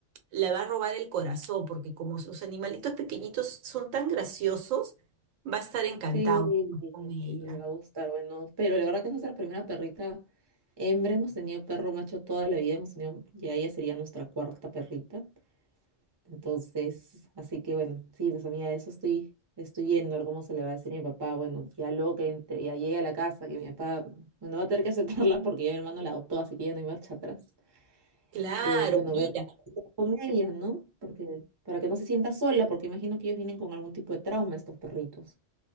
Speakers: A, on the right (about 85°); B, on the right (about 25°).
A: le va a robar el corazón, porque como sus animalitos pequeñitos son tan graciosos, va a estar encantado
B: Sí,
A: con ella.
B: le va a gustar. Bueno, pero la verdad que es nuestra primera perrita hembra. Hemos tenido perro macho toda la vida. Hemos tenido, ya ella sería nuestra cuarta perrita. Entonces, así que bueno, sí, pues amiga, eso estoy, estoy viendo, a ver cómo se le va a decir a mi papá. Bueno, ya luego que entre, ya llegue a la casa, que mi papá, bueno, va a tener que aceptarla porque ya mi hermano la adoptó, así que ya no hay marcha atrás.
A: Claro,
B: Eh, bueno,
A: mira.
B: ver con ella, ¿no? Porque para que no se sienta sola, porque imagino que ellos vienen con algún tipo de trauma, estos perritos.